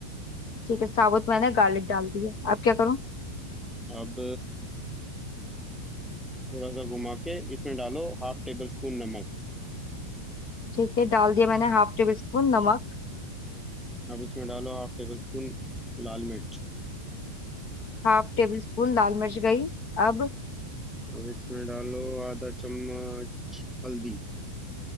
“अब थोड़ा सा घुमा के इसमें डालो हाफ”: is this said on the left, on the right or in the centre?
Centre